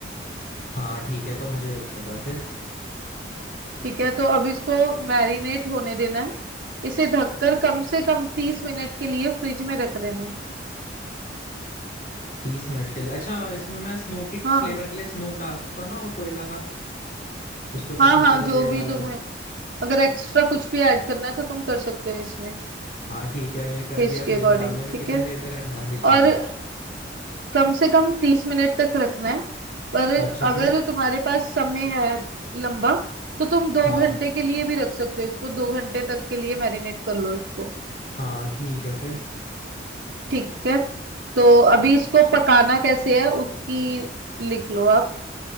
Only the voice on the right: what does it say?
ठीक है तो अब इसको मैरिनेट होने देना है इसे ढककर कम से कम तीस मिनट के लिए फ्रिज में रख देना है
हाँ
हाँ
हाँ
जो
भी
तुम्हें
अगर एक्स्ट्रा कुछ भी ऐड करना है तो तुम कर सकते हो इसमें
टेस्ट
के अकॉर्डिंग
ठीक
है
और
कम से कम तीस मिनट तक रखना है पर
अगर
तुम्हारे पास समय है लंबा तो तुम दो
घंटे के लिए भी रख सकते हो इसको दो घंटे तक के लिए मैरिनेट कर लो इसको
ठीक है तो अभी इसको पकाना कैसे है उसकी लिख लो आप